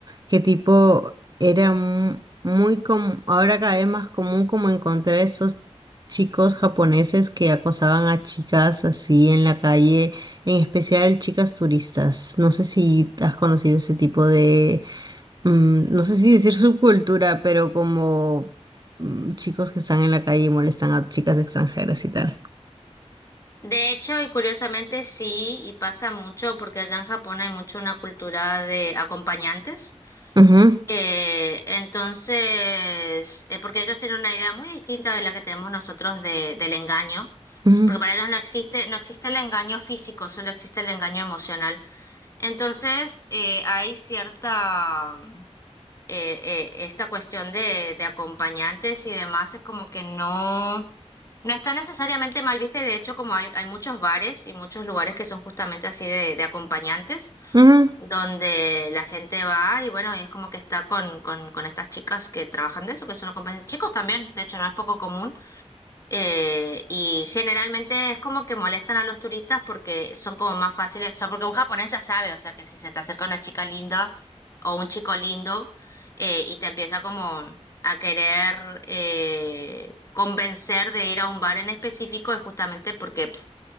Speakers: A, on the right (about 35°); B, on the left (about 30°).
A: que tipo era mu- muy común, ahora cada vez más común como encontrar estos chicos japoneses que acosaban a chicas así en la calle, en especial chicas turistas. No sé si has conocido ese tipo de mm, no sé si decir subcultura, pero como mm, chicos que están en la calle y molestan a chicas extranjeras y tal.
B: De hecho, y curiosamente sí, y pasa mucho porque allá en Japón hay mucho una cultura de acompañantes.
A: Ujú,
B: Eh, entonces, eh, porque ellos tienen una idea muy distinta de la que tenemos nosotros de, del engaño,
A: ujú,
B: porque para ellos no existe, no existe el engaño físico, solo existe el engaño emocional. Entonces, eh, hay cierta, mm, eh, eh, esta cuestión de, de acompañantes y demás, es como que no, no está necesariamente mal vista y de hecho como hay, hay muchos bares y muchos lugares que son justamente así de de acompañantes
A: ujú.
B: donde la gente va y bueno, y es como que está con, con, con estas chicas que trabajan de eso, que son los compañeros, chicos también, de hecho no es poco común, eh, y generalmente es como que molestan a los turistas porque son como más fáciles, o sea, porque un japonés ya sabe, o sea, que si se te acerca una chica linda o un chico lindo eh, y te empieza como a querer eh, convencer de ir a un bar en específico, es justamente porque... pst,